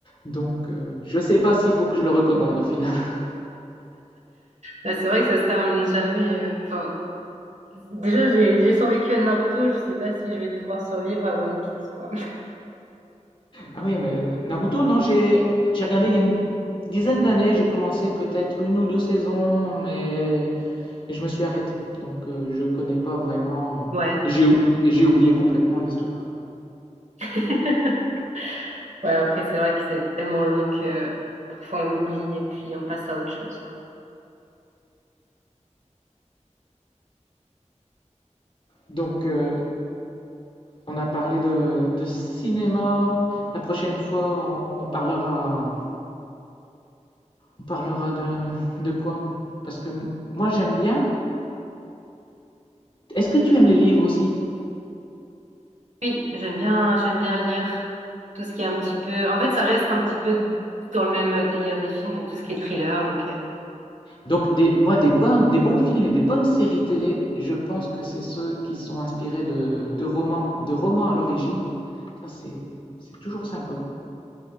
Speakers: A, on the left (about 40°); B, on the right (about 75°).
A: Donc, euh, je sais pas s'il faut que je le recommande au final. <laughs>
B: Bah, c'est vrai que ça se termine jamais. euh, Enfin, Déjà, j'ai j'ai survécu à Naruto, je sais pas si je vais pouvoir survivre à One Piece, quoi.
A: Ah oui, mais Naruto, non, j'ai, j'ai regardé il y a une dizaine d'années, j'ai commencé peut-être une ou deux saisons, mais mais je me suis arrêté. Donc, euh, je connais pas vraiment.
B: Ouais.
A: J'ai ou- j'ai oublié complètement l'histoire.
B: <laughs> Ouais, après, c'est vrai que c'est tellement long que parfois on oublie et puis on passe à autre chose, quoi.
A: Donc, euh, on a parlé de, de cinéma. La prochaine fois, on, on parlera, on parlera de, de quoi? Parce que moi, j'aime bien. Est-ce que tu aimes les livres aussi?
B: Oui, j'aime bien, j'aime bien lire tout ce qui est un petit peu. En fait, ça reste un petit peu dans le même délire des films, donc tout ce qui est thriller. Donc, euh,
A: Donc, des, moi, des, bonnes, des bons films et des bonnes séries télé, je pense que c'est ceux qui sont inspirés de, de romans, de romans à l'origine. Ça, c'est, c'est toujours sympa.